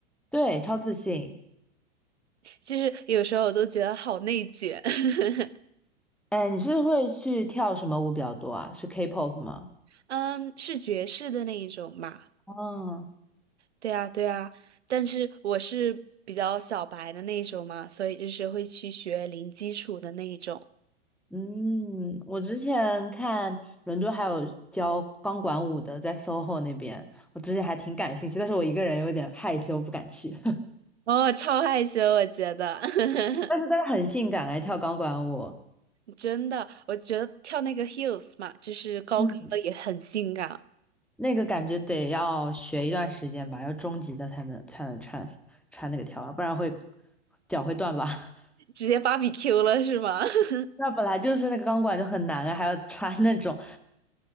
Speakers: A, in the centre; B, on the right.
A: 对，超自信。
B: 就是有时候我都觉得好内卷。<laughs>
A: 哎，你是会去跳什么舞比较多啊？是 K-pop 吗？
B: 嗯，是爵士的那一种嘛？
A: 哦，
B: 对啊，对啊，但是我是比较小白的那一种嘛，所以就是会去学零基础的那一种。
A: 嗯，我之前看伦敦还有教钢管舞的，在 SOHO 那边，我之前还挺感兴趣，但是我一个人有点害羞，不敢去。<laughs>
B: 哦，超害羞，我觉得。<laughs>
A: 但是但是很性感，哎，跳钢管舞，
B: 真的，我觉得跳那个 heels 嘛，就是高跟的也很性感，
A: 嗯，那个感觉得要学一段时间吧，要中级的才能才能穿穿那个跳啊，不然会脚会断吧。<laughs>
B: 直接芭比 Q 了是吗？<laughs>
A: 那本来就是那个钢管就很难啊，还要穿那种，